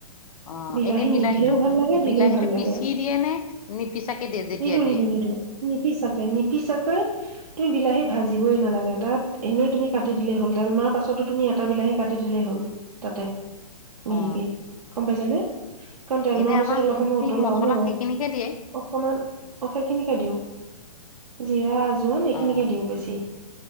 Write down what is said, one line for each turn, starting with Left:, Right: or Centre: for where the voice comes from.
Left: অ'
Right: বিলাহী
Left: এনেই বিলাহীটো,
Right: নিদিলেও ভাল লাগে দিলেও
Left: বিলাহীটো
Right: ভাল লাগে
Left: পিচি দিয়ে নে নিপিচাকে দিয়ে যেতিয়া
Right: নিদো নিদো
Left: দিয়ে?
Right: নিদো নিপিচাকে, নিপিচাকে তুমি বিলাহী ভাজিবই নালাগে, তাত এনেই তুমি কাটি দিলেই হ'ল তেল মৰাৰ পাছতো তুমি এটা বিলাহী কাটি দিলেই হ'ল তাতে। <unintelligible>
Left: অ
Right: কি গম পাইছ নে? কাৰণ তেল
Left: এনে
Right: মৰাৰ পাছত
Left: আমাৰ
Right: অলপ
Left: যোনখিনি
Right: সময় উতলাও
Left: মছলা
Right: ন
Left: সেইখিনিকে দিয়ে
Right: অকণমান অ সেইখিনিকে দিওঁ৷ জিৰা আজ জোৱান এইখিনিকে
Left: অ
Right: দিওঁ বেছি